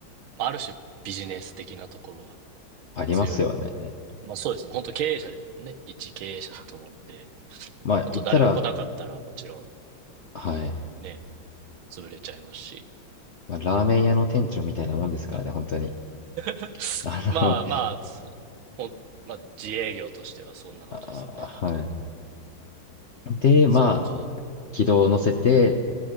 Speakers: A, on the right; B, on the left.
A: まあある種ビジネス的なところは
B: ありますよね。
A: 強い。まあそうですね。本当経営者ですもんね。一経営者だと思うんで、
B: まあ、
A: 本当誰も来なかったらもちろん
B: 言ったら、はい。
A: ね、潰れちゃいますし。
B: まあ、ラーメン屋の店長みたいなもんですからね、本当に。
A: <laughs>
B: <laughs> あの、
A: まあまあ、つほん、まあ、自営業としてはそんな感じですよね、
B: あ、はい。
A: 本当に。
B: で、まあ、
A: そっか。
B: 軌道を乗せて、
A: うん。